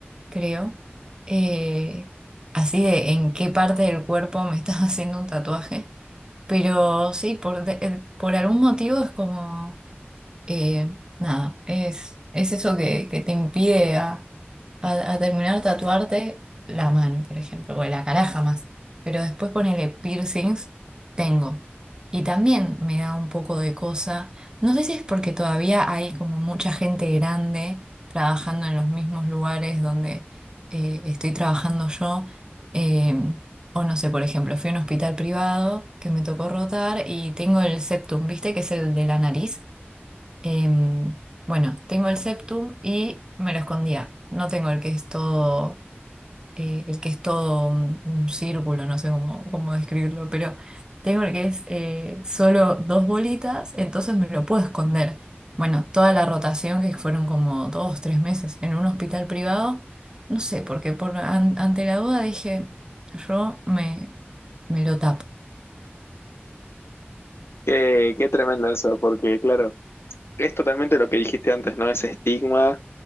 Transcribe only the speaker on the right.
creo, eh, así de en qué parte del cuerpo me estás <laughs> haciendo un tatuaje, pero sí, por, de- eh, por algún motivo es como, eh, nada, es, es eso que, que te impide a, a terminar de tatuarte la mano, por ejemplo, o la cara jamás. Pero después ponele piercings, tengo. Y también me da un poco de cosa. No sé si es porque todavía hay como mucha gente grande trabajando en los mismos lugares donde eh, estoy trabajando yo. eh, o no sé, por ejemplo, fui a un hospital privado que me tocó rotar y tengo el septum, ¿viste? Que es el de la nariz. Em, bueno, tengo el septum y me lo escondía. No tengo el que es todo, eh, el que es todo un, un círculo, no sé cómo, cómo describirlo, pero tengo el que es eh, solo dos bolitas, entonces me lo puedo esconder. Bueno, toda la rotación que fueron como dos, tres meses en un hospital privado, no sé, porque por, an- ante la duda dije, yo me, me lo tapo.